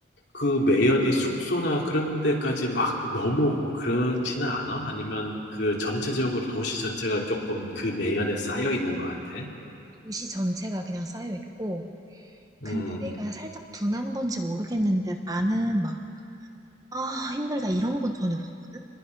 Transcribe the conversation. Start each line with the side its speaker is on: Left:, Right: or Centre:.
Left: 그 매연이 숙소나 그런 데까지 막 넘어오고 그렇지는 않아? 아니면 그 전체적으로 도시 전체가 조금 그 매연에 쌓여 있는 것 같아?
Right: 도시 전체가 그냥 쌓여 있고, 근데
Left: 음,
Right: 내가 살짝 둔한 건지 모르겠는데 나는 막, 아, 힘들다 이런 건 전혀 없었거든?